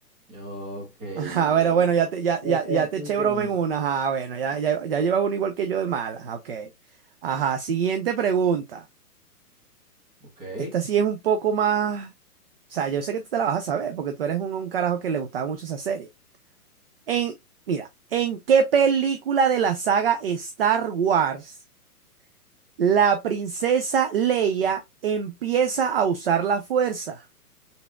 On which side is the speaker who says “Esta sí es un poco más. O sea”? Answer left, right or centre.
Right